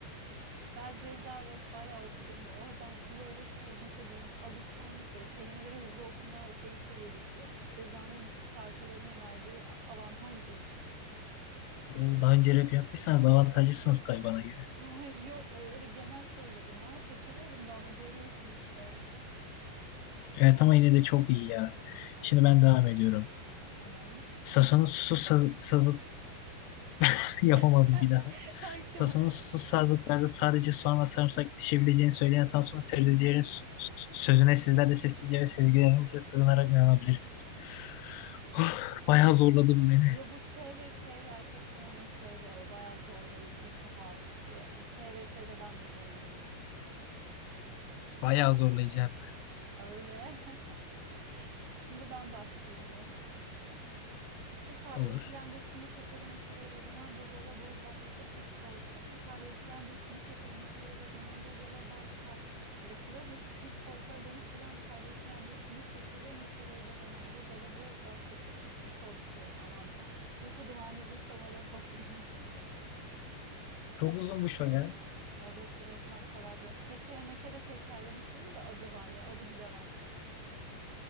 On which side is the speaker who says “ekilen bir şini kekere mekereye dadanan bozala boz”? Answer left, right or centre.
Right